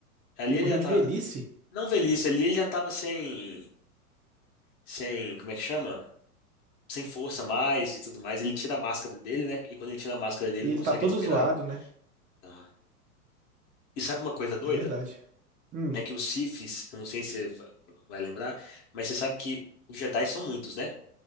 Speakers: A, on the left (about 45°); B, on the right (about 15°).
A: Ali
B: Ele
A: ele
B: morreu
A: já
B: de
A: tá.
B: velhice.
A: Não velhice, ali ele já tava sem. Sem. Como é que chama? sem força mais e tudo mais. Ele tira a máscara dele, né? E quando ele tira a máscara dele,
B: E
A: ele
B: ele
A: consegue
B: tá todo
A: respirar.
B: zoado, né?
A: Tá. E sabe uma coisa doida?
B: É verdade. Hum.
A: É que os Siths, eu não sei se você va- vai lembrar, mas você sabe que os Jedi são muitos, né?